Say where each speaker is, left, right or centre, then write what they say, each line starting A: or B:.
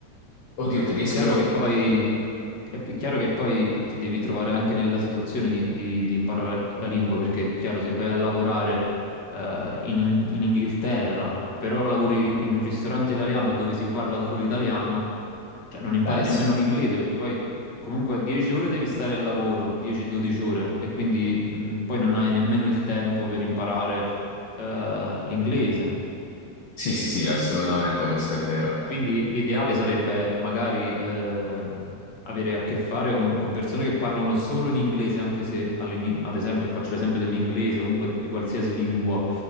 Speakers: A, on the left; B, on the left.
A: Oddio, tedesco...
B: È chiaro che poi, è pi- chiaro che poi ti devi trovare anche nella situazione di, di- di imparare la lingua, perché chiaro, se vai a lavorare eh, in, In- in Inghilterra, però lavori in un ristorante italiano dove si parla solo italiano, cioè non impari
A: Beh,
B: nemmeno
A: sì.
B: l'inglese, perché poi comunque 10 ore devi stare al lavoro, 10-12 ore, e quindi mh, poi non hai nemmeno il tempo per imparare eh, l'inglese.
A: Sì, sì, sì, assolutamente, questo è vero.
B: Quindi l'ideale sarebbe magari ehm, avere a che fare con, con persone che parlano solo in inglese, anche se all'ini- ad esempio faccio l'esempio dell'inglese, comunque di qualsiasi lingua,